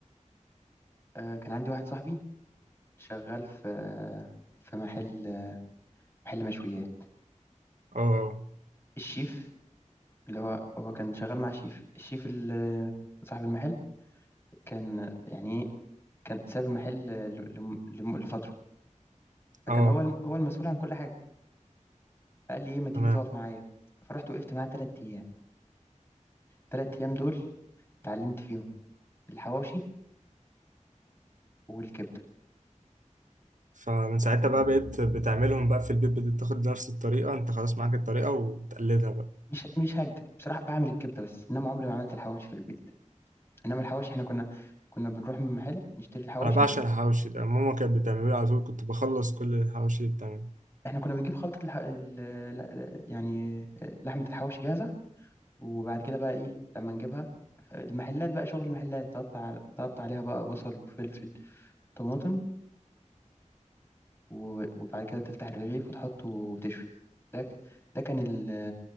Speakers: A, on the left (about 20°); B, on the right (about 75°).
A: آه كان عندي واحد صاحبي شغال في في محل محل مشويات
B: اه
A: الشيف اللي هو هو كان شغال مع شيف الشيف اللي صاحب المحل كان يعني إيه، كان ساب المحل ل- لم- لفترة فكان
B: اه اه،
A: هو الم- هو المسؤول عن كل حاجة فقال لي إيه ما تيجي
B: تمام
A: تقف معايا فرحت وقفت معاه تلات أيام تلات أيام دول اتعلمت فيهم الحواوشي والكبدة
B: فمن ساعتها بقى بقيت بتعملهم بقى في البيت بتاخد نفس الطريقة انت خلاص معاك الطريقة وتقلدها بقى
A: مش مش هكدب بصراحة بعمل الكبدة بس إنما عمري ما عملت الحواوشي في البيت إنما الحواوشي إحنا كنا كنا بنروح من محل نشتري الحواوشي
B: انا بعشق الحواوشي ده ماما كانت بتعمله لي على طول كنت بخلص كل الحواوشي اللي بتعمله
A: إحنا كنا بنجيب خلطة الح... ال... ال- يعني لحمة الحواوشي جاهزة وبعد كده بقى إيه لما نجيبها المحلات بقى شغل المحلات تقطع تقطع عليها بقى بصل وفلفل طماطم و- وبعد كده تفتح الرغيف وتحطه وتشوي ده ده كان ال-